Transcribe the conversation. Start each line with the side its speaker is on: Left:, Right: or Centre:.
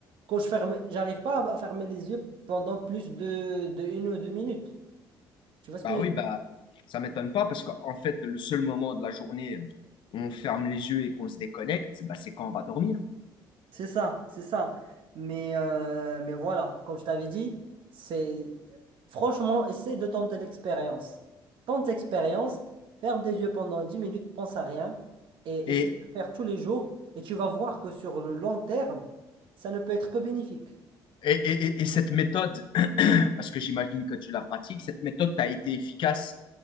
Right: quand je ferme, j'arrive pas à à fermer les yeux pendant plus de, de une ou deux minutes. Tu vois ce
Left: Bah
Right: que...
Left: oui, bah ça m'étonne pas parce qu'en fait, le seul moment de la journée où on ferme les yeux et qu'on se déconnecte, bah, c'est quand on va dormir.
Right: C'est ça, c'est ça. Mais, euh, mais voilà, comme je t'avais dit, c'est franchement, essaie de tenter l'expérience. Tente l'expérience, ferme tes yeux pendant 10 minutes, pense à rien et
Left: Et,
Right: essaie de le faire tous les jours et tu vas voir que sur le long terme, ça ne peut être que bénéfique.
Left: et, et, et- et cette méthode, <clears throat> parce que j'imagine que tu la pratiques, cette méthode t'a été efficace